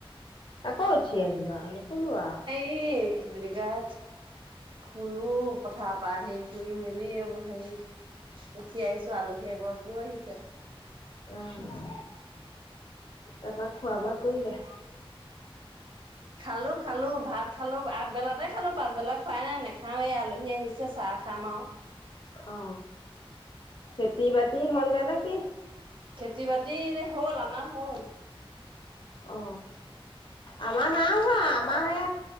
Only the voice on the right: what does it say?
ই কি বুলি কয়? শুলো পথাৰ পা আহি শুই মেলি এইবোৰ সেই উঠি আহিছোঁ আলহী এগৰাকীও আহিছে।
বহক
খালো খালো ভাত খালো আগবেলাতে খালো পাছবেলা খোৱাই নাই নাখাওঁৱে আলহী আহিছে চাহ খাম আও।
খেতি বাতি এনে হ'ল আমাৰ হ'ল।